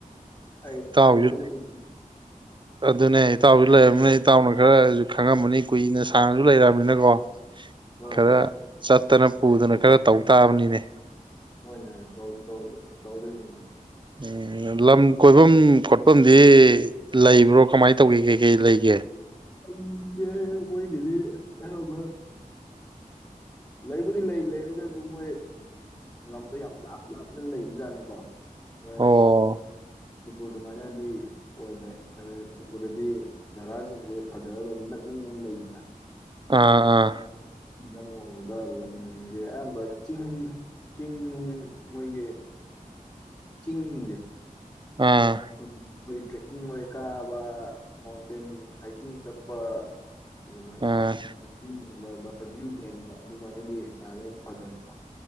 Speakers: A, on the left; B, on the right.
A: ꯑꯩ
B: ꯏꯇꯥꯎꯁꯨ
A: ꯑꯩ ꯂꯣꯏꯅ ꯎ
B: ꯑꯗꯨꯅꯦ ꯏꯇꯥꯎꯖꯨ ꯂꯩꯔꯕꯅꯤꯅ ꯏꯇꯥꯎꯅ ꯈꯔꯖꯨ ꯈꯪꯉꯝꯃꯅꯤ ꯀꯨꯏꯅ ꯁꯥꯡꯅꯖꯨ ꯂꯩꯔꯛꯑꯕꯅꯤꯅꯀꯣ
A: ꯍꯣꯏ ꯍꯣꯏ
B: ꯈꯔ ꯆꯠꯇꯅ ꯄꯨꯗꯅ ꯈꯔ ꯇꯧ ꯇꯥꯕꯅꯤꯅꯦ
A: ꯍꯣꯏꯅꯦ ꯇꯧ ꯇꯧ ꯇꯧꯗꯣꯏꯅꯤ
B: ꯎꯝ ꯂꯝ ꯀꯣꯏꯕꯝ ꯈꯣꯠꯐꯝꯗꯤ ꯂꯩꯕ꯭ꯔꯣ ꯀꯃꯥꯏ ꯇꯧꯒꯦ ꯀꯩ ꯀꯩ ꯂꯩꯒꯦ
A: ꯂꯝꯖꯦ ꯃꯣꯏꯒꯤꯗꯤ ꯑꯌꯥꯝꯕ ꯂꯩꯕꯨꯗꯤ ꯂꯩ ꯂꯩꯔꯒꯖꯨ ꯃꯣꯏ ꯂꯝꯗꯣ ꯌꯥꯝ ꯂꯥꯞ ꯂꯥꯞꯅ ꯂꯩꯕ ꯖꯥꯠꯅꯤꯀꯣ ꯍꯣꯏ
B: ꯑꯣ
A: ꯃꯅꯤꯄꯨꯔ ꯑꯗꯨꯃꯥꯏꯅꯗꯤ ꯑꯣꯏꯗꯔꯦ ꯍꯥꯏꯕꯗꯤ ꯃꯅꯤꯄꯨꯔꯗꯗꯤ ꯖꯒꯥꯥꯁꯤꯡꯖꯦ ꯐꯖꯅ ꯗꯨꯝ ꯅꯛ ꯅꯩ ꯅꯣꯡ ꯂꯩꯗ
B: ꯑꯥ ꯑꯥ
A: ꯏꯋꯥꯡ ꯋꯥꯡꯕꯒ ꯂꯝꯖꯤꯡꯖꯦ ꯑꯌꯥꯝꯕ ꯆꯤꯡ ꯆꯤꯡ ꯅꯨꯡ ꯃꯣꯏꯒꯤ ꯆꯤꯡꯖꯤꯡꯁꯦ
B: ꯑꯥ
A: <unintelligible> ꯈꯣꯏ ꯇ꯭ꯔꯦꯛꯀꯤꯡ ꯑꯣꯏ ꯀꯥꯕ ꯃꯥꯎꯟꯇꯦꯟ ꯍꯥꯏꯀꯤꯡ ꯆꯠꯄ ꯑꯗꯨꯃꯥꯏꯅ
B: ꯑꯥ
A: ꯑ ꯚ꯭ꯌꯨ ꯌꯦꯡꯕ ꯚ꯭ꯌꯨ ꯌꯦꯡꯕ ꯑꯗꯨꯃꯥꯏꯅꯗꯤ ꯍꯥꯟꯅꯗꯩꯗꯨꯝ ꯐꯖꯔꯦꯀꯣ